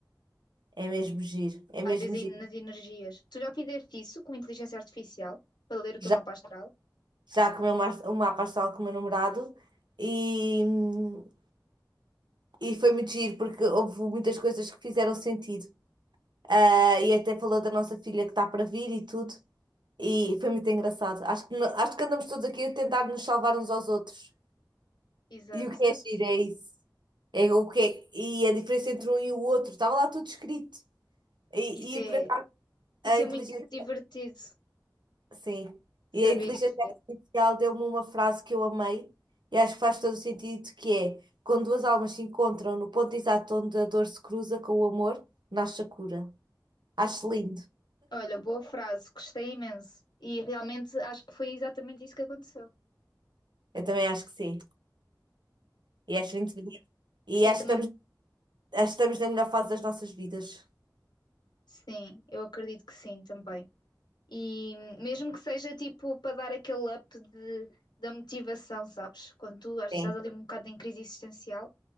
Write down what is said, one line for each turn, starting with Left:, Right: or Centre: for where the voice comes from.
Right: É mesmo giro. É mesmo
Left: às vezes aí
Right: giro.
Left: nas energias. Tu já fizeste isso com inteligência artificial para ler o teu
Right: Já,
Left: mapa astral?
Right: já comeu uma, uma pastel com o meu namorado e. hum, E foi muito giro, porque houve muitas coisas que fizeram sentido. Ah, e até falou da nossa filha que está para vir e tudo. E foi muito engraçado. Acho que, no- acho que andamos todos aqui a tentar nos salvar uns aos outros.
Left: Exato.
Right: E o que é giro é isso. É o que é- e a diferença entre um e o outro. Estava lá tudo escrito. E,
Left: Isso
Right: e é
Left: é,
Right: por acaso,
Left: isso
Right: a inteligência...
Left: é muito divertido
Right: Sim.
Left: saber
Right: E a inteligência
Left: e ver.
Right: artificial deu-me uma frase que eu amei. E acho que faz todo o sentido, que é... Quando duas almas se encontram no ponto exato onde a dor se cruza com o amor, nasce a cura. Acho lindo.
Left: Olha, boa frase, gostei imenso. E realmente acho que foi exatamente isso que aconteceu.
Right: Eu também acho que sim. E acho lindo. E
Left: Eu
Right: acho
Left: também,
Right: que estamos, acho que estamos na melhor fase das nossas vidas.
Left: sim, eu acredito que sim também. E mesmo que seja tipo para dar aquele up de, da motivação, sabes? Quando tu às vezes
Right: Sim,
Left: estás ali um bocado em crise existencial,